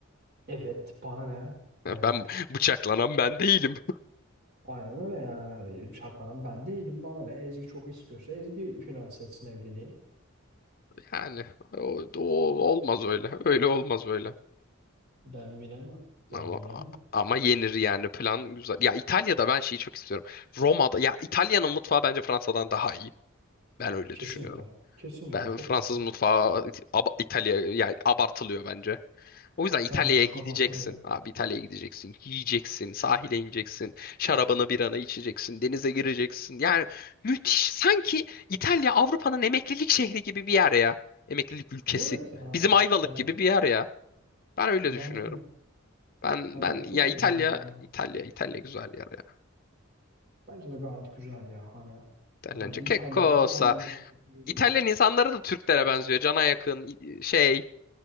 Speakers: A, on the right; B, on the left.
A: Evet para ne? Ee,
B: Ben bıçaklanan ben değilim. <laughs>
A: Aynen öyle yani. Şaklanan ben değilim. Bana ne? Ezgi çok istiyorsa Ezgi finanse etsin evliliği.
B: Yani o, o olmaz öyle. Öyle olmaz öyle.
A: Ben bilemem. Ben
B: Ama
A: bilemem.
B: ama yenir yani plan güzel. Ya İtalya'da ben şeyi çok istiyorum. Roma'da ya İtalya'nın mutfağı bence Fransa'dan daha iyi. Ben öyle
A: Kesinlikle.
B: düşünüyorum.
A: Kesinlikle
B: Ben
A: çok
B: Fransız
A: daha iyi.
B: mutfağı İt- aba- İtalya yani abartılıyor bence. O yüzden İtalya'ya
A: Bence de çok
B: gideceksin.
A: abartılıyor.
B: Abi İtalya'ya gideceksin. Yiyeceksin. Sahile ineceksin. Şarabını biranı içeceksin. Denize gireceksin. Yani müthiş. Sanki İtalya Avrupa'nın emeklilik şehri gibi bir yer ya. Emeklilik ülkesi.
A: Evet yani.
B: Bizim Ayvalık
A: Hani
B: gibi bir yer ya. Ben öyle
A: bence
B: düşünüyorum.
A: de.
B: Ben
A: Hani
B: ben ya
A: çok
B: İtalya
A: güzel yani. ben.
B: İtalya İtalya güzel yer ya.
A: Bence de gayet güzel ya. Hani
B: İtalyanca
A: hani İtalya
B: che cosa?
A: İtalya'nın kültürü olabilir.
B: İtalyan insanları da Türklere benziyor. Cana yakın i- şey.